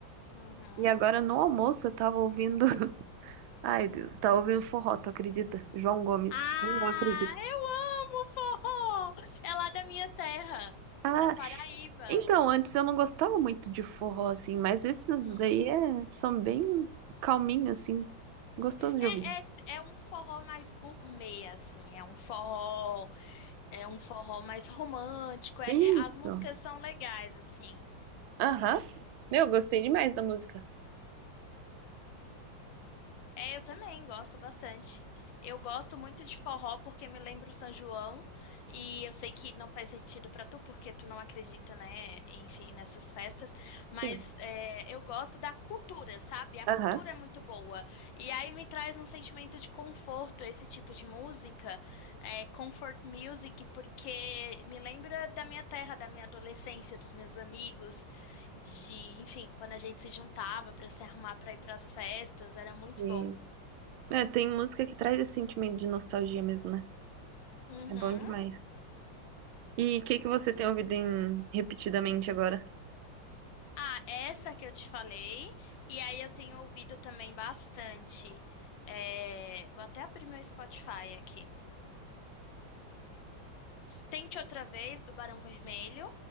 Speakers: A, on the left; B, on the right.
A: uhum.
B: E agora no almoço eu tava ouvindo. <laughs> Ai, Deus, eu tava ouvindo forró, tu acredita? João Gomes.
A: Ah,
B: Nem eu acredito.
A: eu amo forró! É lá da minha terra,
B: Ah,
A: da Paraíba.
B: então, antes eu não gostava muito de forró, assim, mas esses
A: Uhum.
B: daí é, são bem calminhos, assim. Gostoso de
A: É,
B: ouvir.
A: é, é um forró mais gourmet, assim. É um forró. É um forró mais romântico. é-
B: Isso.
A: é- as músicas são legais, assim.
B: Aham. Meu, gostei demais da música.
A: É, eu também gosto bastante. Eu gosto muito de forró porque me lembra o São João. E eu sei que não faz sentido pra tu, porque tu não acredita, né? Enfim, nessas festas. Mas
B: Sim.
A: é, eu gosto da cultura, sabe? A
B: Aham.
A: cultura é muito boa. E aí me traz um sentimento de conforto esse tipo de música. É, comfort music, porque me lembra da minha terra, da minha adolescência, dos meus amigos. de, enfim, quando a gente se juntava para se arrumar para ir para as festas, era muito
B: Sim.
A: bom.
B: É, tem música que traz esse sentimento de nostalgia mesmo, né?
A: Uhum.
B: É bom demais. E o que que você tem ouvido em repetidamente agora?
A: Ah, essa que eu te falei, e aí eu tenho ouvido também bastante. é, vou até abrir meu Spotify aqui. Tente Outra Vez, do Barão Vermelho,